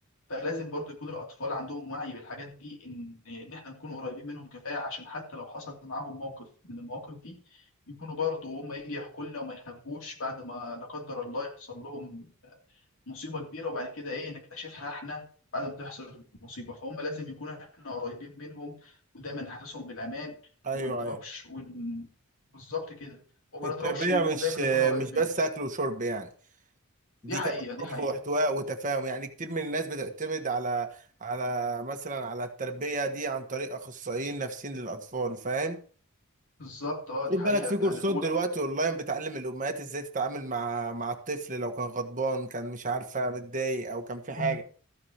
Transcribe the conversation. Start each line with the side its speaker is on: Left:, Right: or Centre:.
Left: فلازم برضو يكون الأطفال عندهم وعي بالحاجات دي إن إن إحنا نكون قريبين منهم كفاية عشان حتى لو حصل معاهم موقف من المواقف دي يكونوا برضو هم يجي يحكوا لنا وما يخبوش بعد ما لا قدر الله يحصل لهم مصيبة كبيرة وبعد كده إيه نكتشفها إحنا بعد ما تحصل المصيبة فهم لازم يكون إحنا قريبين منهم ودايما نحسسهم بالأمان
Right: ايوه
Left: وما نضربش
Right: ايوه
Left: ون... بالظبط كده وما
Right: التربيه
Left: نضربش ودايما
Right: مش
Left: نكون قريبين
Right: مش بس
Left: منهم
Right: اكل وشرب يعني
Left: دي
Right: دي
Left: حقيقة
Right: كمان
Left: دي
Right: حب
Left: حقيقة
Right: واحتواء وتفاهم يعني كتير من الناس بتعتمد على على مثلا على التربيه دي عن طريق اخصائيين نفسيين للاطفال فاهم
Left: بالظبط اه
Right: وخد
Left: دي حقيقة
Right: بالك في
Left: فعلا
Right: كورسات دلوقتي اونلاين بتعلم الامهات ازاي تتعامل مع مع الطفل لو كان غضبان كان مش عارفه متضايق او كان في
Left: و...
Right: حاجه